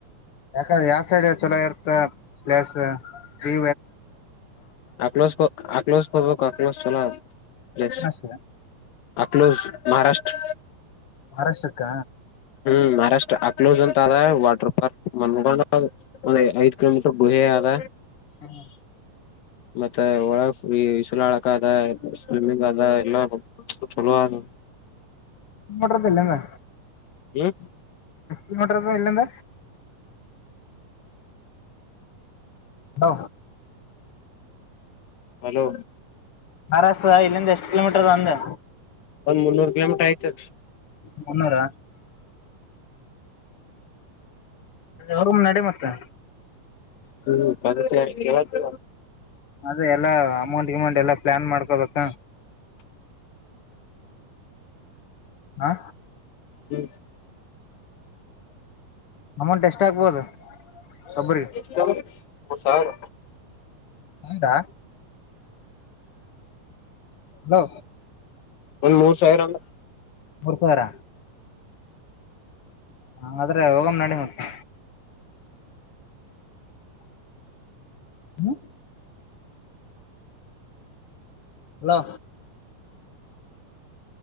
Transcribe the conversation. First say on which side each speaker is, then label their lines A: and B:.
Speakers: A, on the left; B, on the left.
A: ಯಾಕ ಯಾಕಡೆ ಯಾವ ಸೈಡ್ ಚಲೋ ಇರ್ತ್ತ ಪ್ಲೇಸ್ ಪ್ರೀ
B: ಅಕ್ಲೋಶ ಅಕ್ಲೋಶ ಹೋಗಬೇಕ್ ಅಕ್ಲೋಶ ಚೆನ್ನಾಗತ್ ಪ್ಲೇಸ್
A: ಪಟ್ನಾಸ್
B: ಅಕ್ಲೋಸ್ ಮಹಾರಾಷ್ಟ್ರ
A: ಮಹಾರಾಷ್ಟ್ರಕ್ಕ
B: ಹ್ಮ್ ಮಹಾರಾಷ್ಟ್ರ ಅಕ್ಲೋಸ್ ಅಂತಾರ ವಾಟರ್ ಪಾರ್ಕ್ ಮನ್ಗೊಂಡ್ ಅಲ್ಲಿ ಐದು ಕಿಲೋಮೀಟರ್ ಗುಹೆ ಆದ.
A: ಹ್ಮ್
B: ಮತ್ತೆ ಒಳ ಈಸುಲಾಳಕ ಅದ ಸ್ವಿಮ್ಮಿಂಗ್ ಅದ ಎಲ್ಲಾ ಚಲೋ ಆದ
A: ನೋಡ್ರೂ ಬಲೇನೋ
B: ಸುಳ್ಳು
A: ಎ ನೋಡ್ರದುಳ ಇಲ್ಲಂದ ಹ
B: ಹಲೋ
A: ಮಹಾರಾಷ್ಟ್ರ ಇಲ್ಲಿಂದ ಎಷ್ಟ್ ಕಿಲೋಮೀಟರ್ ಅದೇ ಅಂದೆ.
B: ಒಂದ್ ಮುನ್ನೂರು ಕಿಲೋಮೀಟರ್ ಆಯಿತ್ತೆ.
A: ಮುನ್ನೂರ ಹೋಗನ್ ನಡಿ ಮತ್ತೆ
B: ಹ್ಮ್ ಪರಿಚಯ ಕೇಳಿಲ್ಲ.
A: ಅದೇ ಎಲ್ಲಾ ಅಮೌಂಟ್ ಗಿಮೌಂಟ್ ಎಲ್ಲಾ ಪ್ಲಾನ್ ಮಾಡ್ಕೋಬೇಕ. ಹಾ
B: <unintelligible>
A: ಅಮೌಂಟ್ ಎಷ್ಟು ಆಗ್ಬೋದು ಒಬ್ಬರಿಗೆ.
B: ಎಷ್ಟ್ ಆಗುತ್ ಮೂರು ಸಾವಿರ
A: ಹೌದಾ ಹಲೋ
B: ಒಂದ್ ಮೂರ್ ಸಾವಿರ ಅಂದೆ.
A: ಮೂರು ಸಾವಿರ ಹಂಗಾದ್ರೆ ಹೋಗನ್ ನಡಿ ಮತ್ತೆ. ಹ್ಮ ಹಲೊ.